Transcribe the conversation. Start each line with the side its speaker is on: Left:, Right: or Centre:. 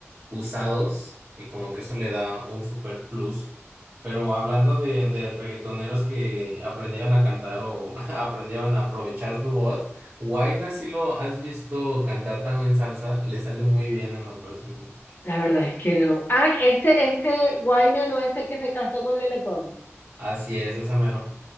Right: usados y como que eso le da un super plus. Pero hablando de, de reggaetoneros que aprendieron a cantar o <laughs> aprendieron a aprovechar su voz, Huayna sí lo has visto cantar también salsa, le sale muy bien en lo personal.
Left: La verdad es que no. Ah, este, este Guaina no es el que se casó con Lele Pons.
Right: Así es, ese mero.